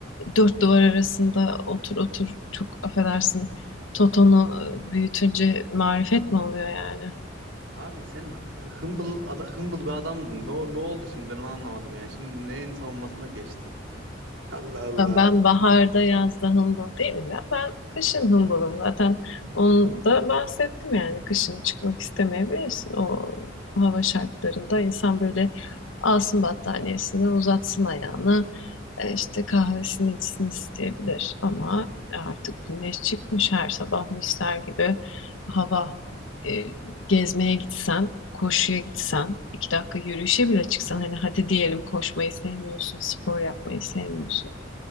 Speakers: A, on the left (about 85°); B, on the right (about 80°).
A: Dört duvar arasında otur otur çok affedersin Toton'u e, büyütünce marifet mi oluyor yani?
B: Abi sen humble ada, hımbıl bir adamdın. Ne, ne oldu şimdi ben onu anlamadım yani. Şimdi neyin savunmasına geçtin? <laughs> Allah Allah.
A: Ben ben baharda yazda hımbıl değilim ya. Ben kışın hımbılım. Zaten onu da bahsettim yani. Kışın çıkmak istemeyebilirsin. O hava şartlarında insan böyle alsın battaniyesini, uzatsın ayağını. e, işte kahvesini içsin isteyebilir. Ama artık güneş çıkmış her sabah misler gibi hava. E, gezmeye gitsen, koşuya gitsen, iki dakika yürüyüşe bile çıksan. Hani hadi diyelim koşmayı sevmiyorsun, spor yapmayı sevmiyorsun.